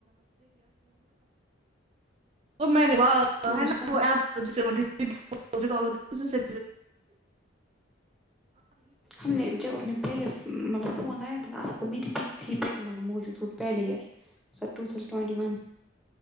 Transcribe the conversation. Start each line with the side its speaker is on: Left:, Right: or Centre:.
Right: وہ میں نے <unintelligible> تو
Centre: مجھے
Right: ہے نا
Centre: سینڈ
Right: وہ اپپ <unintelligible> وہ جسے
Centre: ہم نے جب اپنے پہلے مطلب فون لا <unintelligible> تھ ت آ گو میرری پک تھی ہی <unintelligible> ملب موجود ہو player sir two thousand twenty one